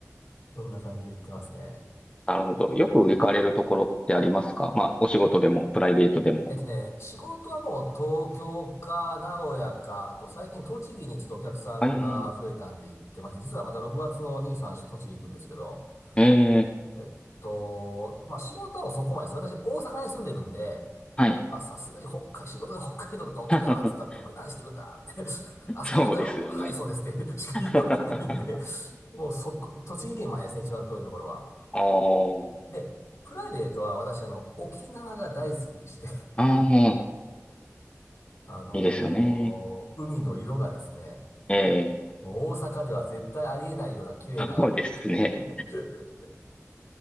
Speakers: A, on the left (about 65°); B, on the left (about 20°).
A: そんな感じで言ってますね。
B: なるほど。よく行かれるところってありますかまあ、お仕事でもプライベートでも。
A: えっとね、仕事はもう東京か名古屋か、あと最近栃木にちょっとお客さんが増えたんで行ってまして、
B: ええ
A: 実はまた6月のにさん3と栃木行くんですけど、
B: ええ
A: えっと、まあ仕事はもうそこまでです。私大阪に住んでるんで、
B: はい。
A: まあさすがに北海、仕事で北海道とか沖縄って言ったってお前何しに行くんだって、
B: <laughs>
A: <laughs> 遊
B: そうですよね。
A: びに行くんだろう、はいそうですって <laughs> しか言わないんで、
B: <laughs>
A: もうそこ、栃木県までですね、一番遠いところは。
B: あ
A: で、プライベートは私あの沖縄が大好きでして
B: あ、ああ、
A: あのー海の色がですね、
B: いいですよね。ええ
A: もう大阪では絶対ありえないような綺麗な、
B: そうですね。
A: <laughs>